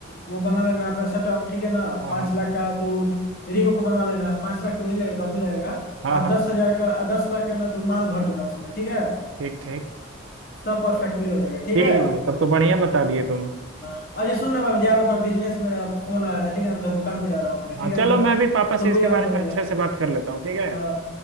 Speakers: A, on the left (about 45°); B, on the right (about 70°).
A: वो बना लेना अपना सेटअप ठीक है ना
B: हाँ
A: पांच
B: हाँ
A: लाख का तू रिको को बनवा लेना पांच लाख तो नहीं लगेगा कम ही लगेगा
B: हाँ
A: और
B: हाँ
A: दस हजार का दस लाख का ना तू माल भर देना उसमें ठीक है
B: ठीक ठीक
A: सब परफेक्टली हो जाएगा ठीक
B: ठीक
A: है
B: है भाई तब तो बढ़िया बता दिए तुम
A: हाँ अच्छा सुन ना भाई मैं जा रहा था बिजनेस मेरा फोन आया था ठीक है ना तो दुकान पे जा रहा हूँ अपने ठीक
B: हाँ
A: है
B: चलो
A: ना
B: मैं भी पापा से
A: तू
B: इसके
A: भी जानता
B: बारे
A: ही
B: में अच्छे
A: है
B: से बात कर लेता हूँ ठीक है
A: हाँ